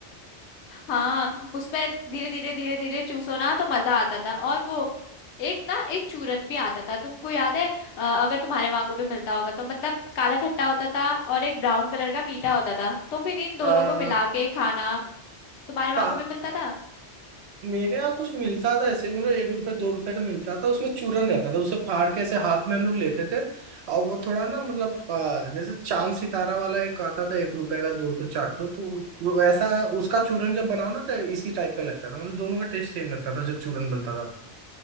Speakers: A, on the left; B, on the right.
A: हाँ उसमें धीरे धीरे धीरे धीरे चूसो ना तो मजा आता था और वो एक ना एक चूरन भी आता था तुमको याद है अ, अगर तुम्हारे वहां को भी मिलता होगा तो मतलब काला खट्टा होता था और एक ब्राउन कलर का मीठा होता था तो फिर इन दोनों
B: आ,
A: को मिला के खाना तुम्हारे वहां
B: का,
A: को भी मिलता था
B: मेरे यहाँ कुछ मिलता था ऐसे मतलब एक रुपए दो रुपए का मिलता था उसमें चूरन रहता था उसे फाड़ के ऐसे हाथ में हम लोग लेते थे और वो थोड़ा ना मतलब आ, जैसे चांद सितारा वाला एक आता था एक रुपए का दो ठो चार ठो तो वो वैसा उसका चूरन जब बनाओ ना तो इसी टाइप का लगता था मतलब दोनों का टेस्ट सेम लगता था जब चूरन बनता था